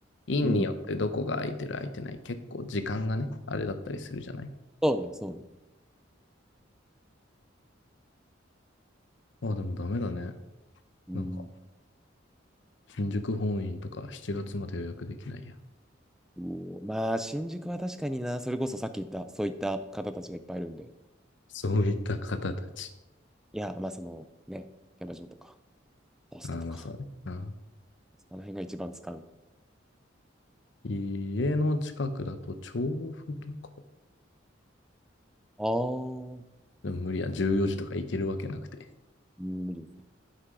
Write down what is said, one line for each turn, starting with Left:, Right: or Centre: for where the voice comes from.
Left: 院によってどこが空いてる空いてない、
Centre: うん。
Left: 結構時間がね、あれだったりするじゃない
Centre: そうね、そうね。
Left: あ、でもダメだね。
Centre: うん。
Left: なんか、新宿本院とか7月まで予約できないや。
Centre: うおまあ、新宿は確かにな、それこそさっき言った、そういった方たちがいっぱいいるんで。
Left: そういった方たち。
Centre: いや、まあそのね、キャバ嬢とか、ホストとか。
Left: ああ、まあそうね。うん
Centre: あの辺が一番使う。
Left: 家の近くだと調布とか。
Centre: あー。
Left: でも無理や、14時とか行けるわけなくて。
Centre: うん無理ですね